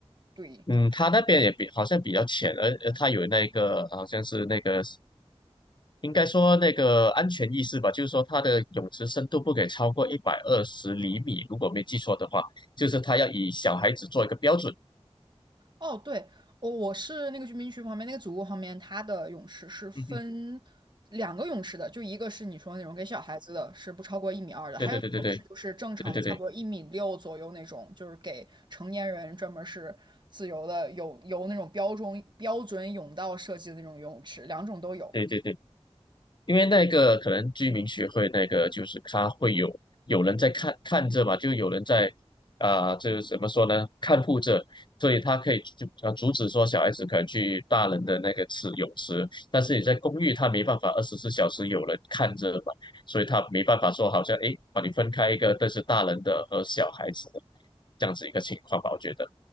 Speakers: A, on the right; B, on the left.
A: 对，
B: 嗯，他那边也比好像比较浅，而而他有那个好像是那个应该说那个安全意识吧，就是说它的泳池深度不给超过一百二十厘米，如果没记错的话，就是他要以小孩子做一个标准。
A: 哦，对，我我是那个居民区旁边那个祖屋旁边，它的泳池是分
B: 嗯哼，
A: 两个泳池的，就一个是你说那种给小孩子的，是不超过一米二的，
B: 对对对对对对
A: 还有一个泳池就是正常的，
B: 对对对对
A: 差不多一米六左右那种，就是给成年人专门是自由的，有有那种标准标准泳道设计的那种游泳池，两种都有。
B: 对对对。因为那个可能居民学会那个就是他会有有人在看看着嘛，就有人在啊、这个怎么说呢？看护着，所以他可以就呃阻止说小孩子可能去大人的那个池泳池，但是你在公寓他没办法二十四小时有人看着嘛，所以他没办法说好像诶把你分开一个，但是大人的和小孩子的这样子一个情况吧，我觉得，